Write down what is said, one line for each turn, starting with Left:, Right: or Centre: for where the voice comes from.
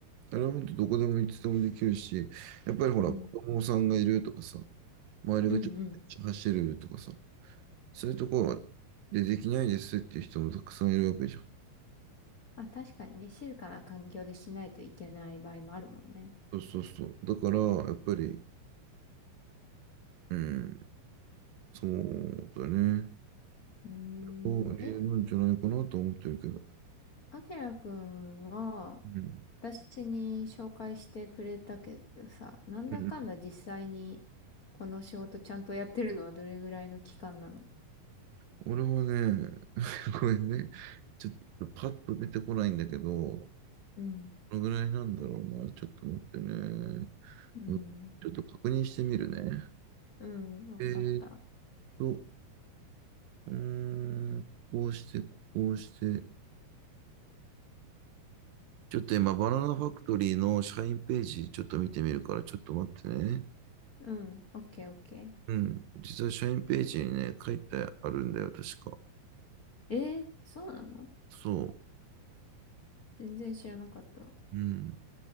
Right: あれは本当どこでもいつでもできるし、やっぱりほら、
Left: うん。
Right: 子供さんがいるとかさ、周りがちょっと走るとかさ、
Left: うんうん。
Right: そういうところはでできないですっていう人もたくさんいるわけじゃん。
Left: まあ確かにね、静かな環境でしないといけない場合もあるもんね。
Right: そうそうそう。だから、やっぱり、うん、そうだね。
Left: うーん、
Right: それが理由なんじゃないかなと思ってるけど。
Left: え、あきらくんは、
Right: うん、
Left: 私に紹介してくれたけどさ、なんだかんだ実際に
Right: うん
Left: この仕事ちゃんとやってるのはどれぐらいの期間なの
Right: 俺はね、<laughs> ごめんね。ちょっとパッと出てこないんだけど、
Left: うん。
Right: このぐらいなんだろうな。ちょっと待ってね。
Left: うん。
Right: うんちょっと確認してみるね。
Left: うん、わかった。
Right: えーっと、うーん、こうして、こうして。ちょっと今、バナナファクトリーの社員ページ、ちょっと見てみるから、ちょっと待ってね。
Left: うん、オッケーオッケ
Right: うん。実は社員ページにね、書いてあるんだよ、確か。
Left: ー。えー、そうなの
Right: そ
Left: 全然知らなかった。
Right: う。うん。